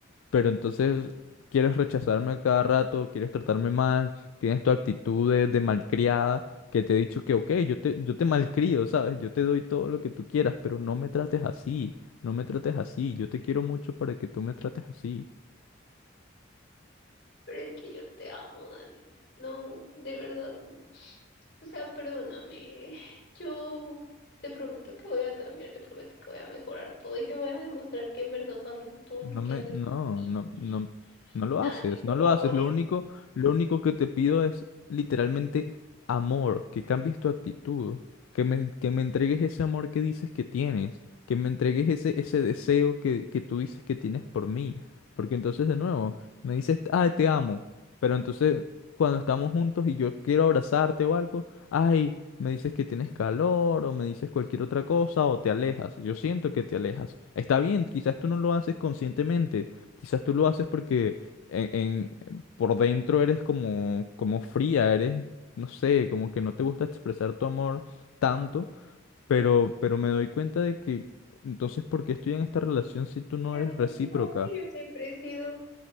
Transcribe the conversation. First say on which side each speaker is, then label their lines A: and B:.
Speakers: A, on the left (about 80°); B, on the left (about 55°).
A: pero entonces quieres rechazarme a cada rato, quieres tratarme mal, tienes tu actitud de, de malcriada, que te he dicho que, ok, yo te, yo te malcrio, ¿sabes? Yo te doy todo lo que tú quieras, pero no me trates así, no me trates así, yo te quiero mucho para que tú me trates así.
B: pero es que yo te amo, Dani. No, de verdad, o sea, perdóname, yo te prometo que voy a cambiar, te prometo que voy a mejorar todo y te voy a demostrar que en verdad valoro todo
A: No
B: lo que
A: me,
B: haces
A: no,
B: por mí.
A: no, no, no lo haces,
B: Dani, por
A: no lo
B: favor,
A: haces. Lo
B: es
A: único, lo único que te pido es literalmente amor, que cambies tu actitud, que me, que me entregues ese amor que dices que tienes, que me entregues ese, ese deseo que, que tú dices que tienes por mí. Porque entonces de nuevo, me dices, ah, te amo, pero entonces cuando estamos juntos y yo quiero abrazarte o algo, ay, me dices que tienes calor o me dices cualquier otra cosa o te alejas. Yo siento que te alejas. Está bien, quizás tú no lo haces conscientemente, quizás tú lo haces porque en, en- por dentro eres como, como fría, eres, no sé, como que no te gusta expresar tu amor tanto, pero, pero me doy cuenta de que entonces, ¿por qué estoy en esta relación si tú no
B: Mi
A: eres
B: amor,
A: recíproca?
B: tú sabes que yo siempre he sido